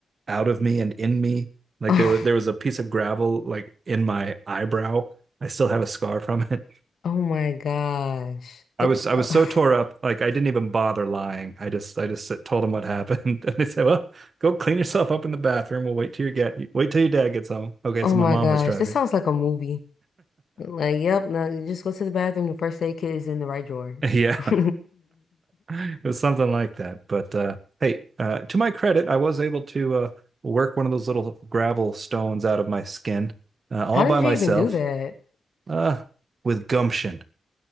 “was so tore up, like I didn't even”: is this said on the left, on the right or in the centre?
Right